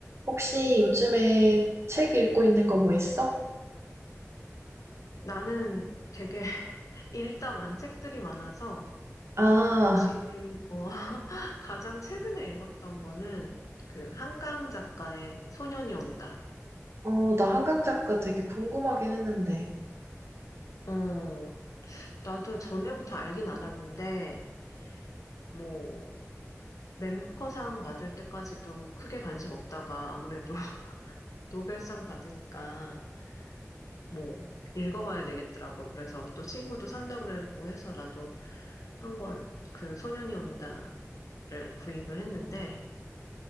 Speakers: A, on the right; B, on the left.
A: 혹시 요즘에 책 읽고 있는 거 뭐 있어?
B: 나는 되게 <laughs> 읽다 만 책들이 많아서
A: 아,
B: 지금 어, <laughs> 가장 최근에 읽었던 거는 그 한강 작가의 소년이 온다.
A: 어, 나 한강 작가 되게
B: 어,
A: 궁금하긴 했는데.
B: 어, 나도 전에부터 알긴 알았는데 뭐 멤버상 받을 때까지도 크게 관심 없다가 아무래도 <laughs> 노벨상 받으니까 뭐 읽어봐야 되겠더라고. 그래서 또 친구도 산다고 그러고 해서 나도 한 권 그 소년이 온다를 구입을 했는데